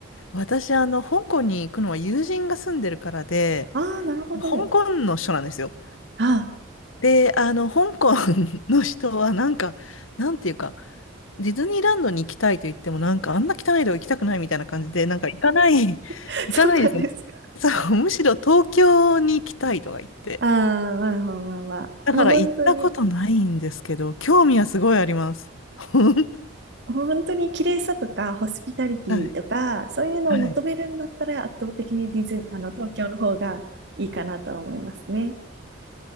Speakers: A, on the left (about 85°); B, on the right (about 60°).
A: 私、あの、香港に行くのは友人が住んでるからで、
B: ああ、なるほど。
A: 香港の人なんですよ。
B: ああ、
A: で、あの、香港 <laughs> の人は、なんか、なんていうか、ディズニーランドに行きたいと言っても、なんか、あんな汚いとこ行きたくないみたいな感じで、なんか、行かない、<laughs>
B: <laughs>
A: 行かないですね。
B: そうなんですか。
A: そう、むしろ東京に行きたいとか言って。
B: ああ、まあまあまあまあ。
A: だから、
B: もう本当に
A: 行ったことないんですけど、興味はすごいあります。<laughs>
B: 本当に綺麗さとか、ホスピタリティとか、
A: はい。
B: そういうのを求めるんだったら、
A: はい。
B: 圧倒的にディズニー、あの、東京の方がいいかなとは思いますね。